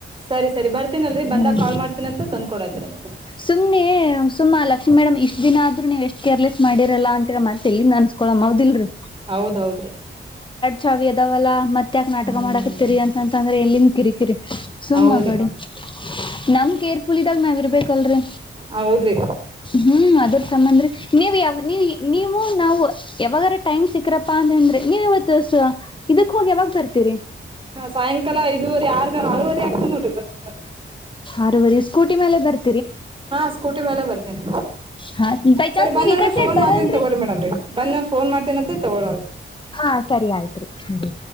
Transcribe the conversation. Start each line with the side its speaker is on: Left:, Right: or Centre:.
Right: ಸರಿ ಸರಿ ಬರ್ತೀನಲ್ರರಿ ಬಂದಾಗ
Left: ಹ್ಮ್
Right: ಕಾಲ್ ಮಾಡ್ತೀನಂತ ತಂದ್ಕೊಡತ್ರಿಂತ
Left: ಸುಮ್ನೆ ಸುಮ್ಮ ಲಕ್ಷ್ಮೀ ಮೇಡಮ್ ಇಷ್ಟ್ ದಿನ ಆದ್ ನೀವ್ ಎಷ್ಟ ಕೇರ್ಲೆಸ್ ಮಾಡಿರಲ್ಲ ಅಂತ ಮತ್ತ ಎಲ್ಲಿ ನ ಅನ್ಸ್ಕೊ ಅದಿಲ್ರರಿ
Right: ಹೌದೌದು
Left: ಚಾವಿ ಅದಾವಲ್ಲಾ ಮತ್ತ ಯಾಕಕ್ ನಾಟಕ
Right: ಹ್ಮ್
Left: ಮಾಡಕ ತಿರಿ ಅಂತಂದ್ರೆ ಎಲ್ಲಿಂದ ಕಿರಿಕಿರಿ ಸುಮ್ಮ
Right: ಹೌದ್ರಿ
Left: ಕಡೆ ನಮ್ಕೇರ್ <unintelligible> ದಾಗ ನಾವ್ ಇರ್ಬೇಕಲ್ರರಿ
Right: ಹೌದ್ರಿ
Left: ಹ್ಮ್ ಅದ್ರ ತಮ್ಮಂದ್ರಿ ನೀವ ಯಾವ ನೀ ನೀವು ನಾವು ಯಾವಾಗಾರ ಟೈಮ್ ಸಿಕ್ಕರಪ್ಪಾ ಅಂತಂದ್ರೆ ನೀವ ಇವತ್ತು ಸ ಇದಕ್ ಹೋಗಿ ಯಾವಾಗ ಬರ್ತೀರಿ
Right: ಹಾ ಸಾಯಂಕಾಲ ದೂವರೆ ಆರ್ ಆರವರೆ ಆಗ್ತ್ ನೋಟ್ರಿ ಬರ್ಬೇಕ
Left: ಆರುವರೆ ಸ್ಕೂಟಿ ಮೇಲೆ ಬರ್ತ
Right: ಹಾ ಸ್ಕೂಟಿ ಮೇಲೆ ಬರ್ತೇನ್
Left: ಹಾ ಬೈ ಚಾನ್ಸ್
Right: ಸರಿ
Left: ನೀವ್
Right: ಬಂದ
Left: ಈ
Right: ಅಂದ್ರೆ
Left: ಕಡೆ ಸೈಡ್
Right: ಫೋನ್
Left: ಬರಲ್ರಿ
Right: ಮಾಡ್ತೀನಿ ತಗೋರಿ ಮೇಡಮ್ರಿ ಬಂದ ಫೋನ್ ಮಾಡ್ತನಂತೆಂತ ತಗಳಾಗ
Left: ಹಾ ಸರಿ ಆಯ್ತ್ರಿ ಸರಿ